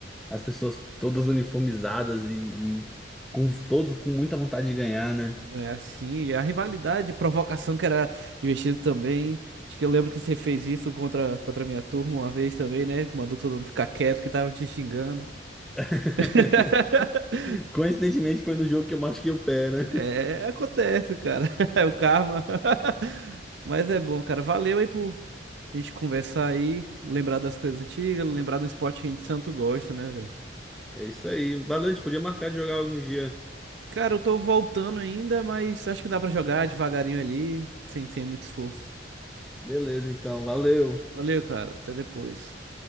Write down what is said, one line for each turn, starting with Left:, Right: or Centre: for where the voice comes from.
Centre: As pessoas todas uniformizadas e, e com todos com muita vontade de ganhar, né?
Right: É assim, e a rivalidade, a provocação que era divertido também. Acho que eu lembro que você fez isso contra, contra a minha turma uma vez também, né? Mandou todo mundo ficar quieto que tava te xingando.
Centre: <laughs>
Right: <laughs>
Centre: Coincidentemente foi no jogo que eu machuquei o pé, né?
Right: É, acontece, cara. <laughs> É o karma. <laughs> Mas é bom, cara. Valeu aí por a gente conversar aí, lembrar das coisas antigas, lembrar do esporte que a gente tanto gosta, né, velho?
Centre: É isso aí. Valeu, a gente podia marcar de jogar algum dia.
Right: Cara, eu tô voltando ainda, mas acho que dá pra jogar devagarinho ali, sem, sem muito esforço.
Centre: Beleza, então, valeu.
Right: Valeu, cara. Até depois.